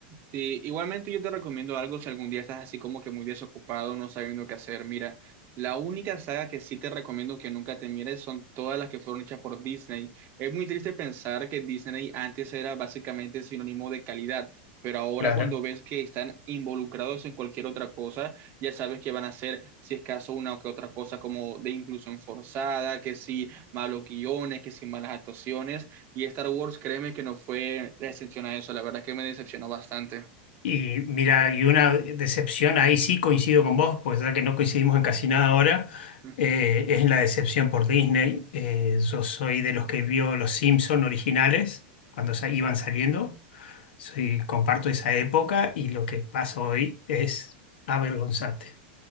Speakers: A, on the right; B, on the left.
A: Sí, igualmente yo te recomiendo algo si algún día estás así como que muy desocupado, no sabiendo qué hacer. Mira, la única saga que sí te recomiendo que nunca te mires son todas las que fueron hechas por Disney. Es muy triste pensar que Disney antes era básicamente sinónimo de calidad, pero ahora
B: Claro.
A: cuando ves que están involucrados en cualquier otra cosa, ya sabes que van a hacer, si es caso, una o que otra cosa como de inclusión forzada, que si malos guiones, que si malas actuaciones. Y Star Wars, créeme que no fue excepción a eso, la verdad que me decepcionó bastante.
B: Y mira, y una decepción, ahí sí coincido con vos, pues ya que no coincidimos en casi nada ahora,
A: <laughs>
B: eh, es la decepción por Disney. Eh, yo soy de los que vio los Simpson originales cuando sa- iban saliendo. Soy, comparto esa época y lo que pasa hoy es avergonzante.